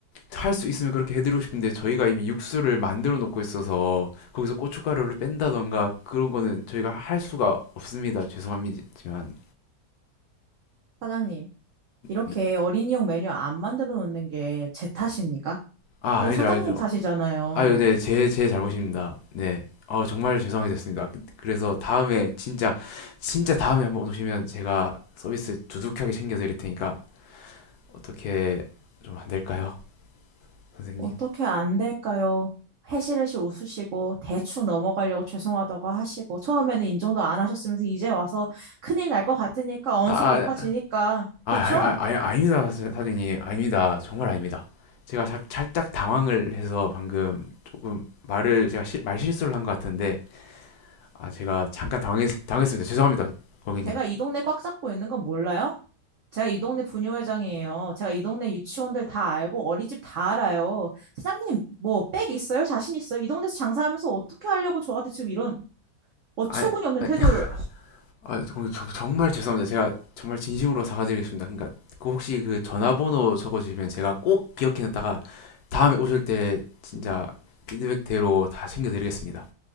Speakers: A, on the left; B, on the right.
A: 할 수 있으면 그렇게 해드리고 싶은데 저희가 이미 육수를 만들어 놓고 있어서 거기서 고춧가루를 뺀다던가 그런 거는 저희가 할 수가 없습니다. 죄송합니다만.
B: 사장님, 이렇게
A: 네.
B: 어린이용 메뉴 안 만들어 놓는 게 제 탓입니까?
A: 아, 아니죠,
B: 이거 사장님
A: 아니죠.
B: 탓이잖아요.
A: 아유, 네, 제, 제 잘못입니다. 네. 어, 정말 죄송하게 됐습니다. 그- 그래서 다음에 진짜, 진짜 다음에 한번 오시면 제가 서비스 두둑하게 챙겨드릴 테니까 어떻게 좀 안 될까요? 선생님?
B: 어떻게 안 될까요? 해시레시 웃으시고 대충 넘어가려고 죄송하다고 하시고 처음에는 인정도 안 하셨으면서 이제 와서 큰일 날 것 같으니까 언성
A: 아, 아,
B: 높아지니까
A: 아,
B: 그쵸?
A: 아, 아, 아, 아닙니다, 사- 사장님. 아닙니다. 정말 아닙니다. 제가 살- 살짝 당황을 해서 방금 조금 말을 제가 실- 말실수를 한 것 같은데, 아, 제가 잠깐 당황했, 당했습니다. 죄송합니다, 고객님.
B: 제가 이 동네 꽉 잡고 있는 건 몰라요? 제가 이 동네 부녀회장이에요. 제가 이 동네 유치원들 다 알고 어린이집 다 알아요. 사장님 뭐 백 있어요? 자신 있어요? 이 동네에서 장사하면서 어떻게 하려고 저한테 지금 이런 어처구니
A: 아,
B: 없는
A: 아니,
B: 태도를
A: <laughs> 아, 고객님, 저- 정말 죄송합니다. 제가 정말 진심으로 사과드리겠습니다. 그러니까 그 혹시 그 전화번호 적어주시면 제가 꼭 기억해놨다가 다음에 오실 때 진짜 피드백대로 다 챙겨드리겠습니다.